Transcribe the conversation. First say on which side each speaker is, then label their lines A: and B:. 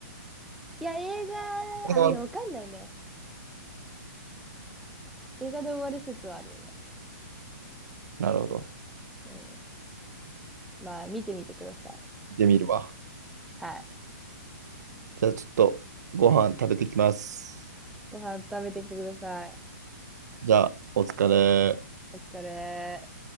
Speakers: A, in the centre; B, on the right (about 70°).
A: いや、映画、
B: 画で終わる
A: あ、いや、わかんないね。映画で終わる説はあるよね。
B: なるほど。
A: うん。まあ、見てみてください。
B: 見てみるわ。
A: はい。
B: じゃあちょっと、ご飯食べてきます。
A: ご飯食べてきてください。
B: じゃあ、お疲れ。
A: お疲れ。